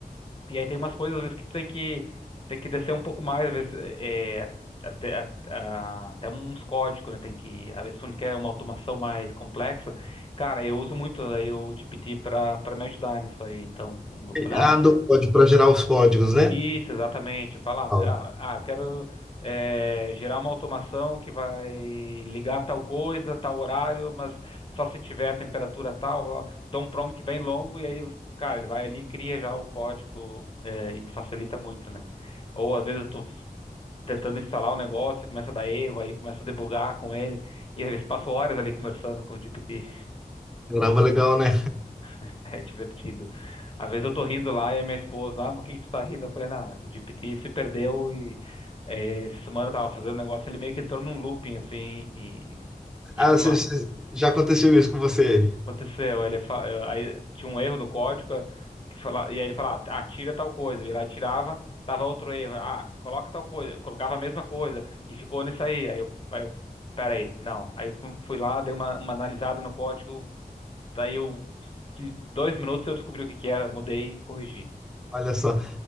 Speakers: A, on the left (about 35°); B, in the centre.
A: E aí tem umas coisas, às vezes, que tu tem que, tem que descer um pouco mais, às vezes, é, até, a- a- até uns códigos, né? Tem que, às vezes, quando quer uma automação mais complexa, cara, eu uso muito aí o GPT para para me ajudar nisso aí. Então, eu falei,
B: Ah,
A: ah,
B: do código para gerar os códigos, né?
A: isso, exatamente. Falar,
B: Ó,
A: ah, ah, ah, eu quero eh, gerar uma automação que vai ligar tal coisa, tal horário, mas só se tiver a temperatura tal, blá, blá. dou um prompt bem longo e aí, cara, ele vai ali e cria já o código eh, e me facilita muito, né? Ou às vezes eu tô tentando instalar um negócio, começa a dar erro, aí começa a debugar com ele e às vezes passo horas ali conversando com o GPT.
B: Caramba, legal, né?
A: <laughs> É divertido. Às vezes eu tô rindo lá e a minha esposa, ah, mas o que que tu tá rindo? Eu falei, não, o G P T se perdeu e eh, essa semana eu tava fazendo um negócio, ele meio que entrou num looping assim e, e
B: Ah,
A: ele falou,
B: cê-
A: ah,
B: cê- já aconteceu isso com você.
A: aconteceu, ele fa- eh, aí tinha um erro no código eh, que fala, e aí ele falava, ah, tira tal coisa, e lá tirava, tava outro erro, ah, coloca tal coisa, colocava a mesma coisa e ficou nisso aí. Aí eu, aí eu, pera aí, não. Aí eu fui lá, dei uma, uma analisada no código, Daí eu, de dois minutos eu descobri o que que era, mudei e corrigi.
B: Olha só.